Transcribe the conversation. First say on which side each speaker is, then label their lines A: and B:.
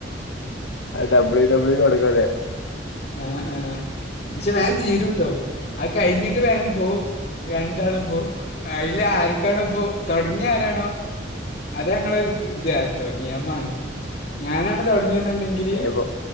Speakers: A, on the left; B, on the left.
A: ഡബ്ല്യൂ ഡബ്ല്യൂ കൊക്കും അല്ലേ
B: ആഹ് ആഹ് പക്ഷെ വേൻ തീരുട്ടോ ആഹ് കഴിഞ്ഞിട്ട് വേൻ പോവും രണ്ടാളും പോവും അതില് ആർക്കാണോ പോ തുടങ്ങിയ ആരാണോ അതെ ഞങ്ങളൊരു ഇത കേട്ടോ നിയമാണ് ഞാനാണ് തുടങ്ങിയെന്നുണ്ടെങ്കിൽ
A: ഇപ്പൊ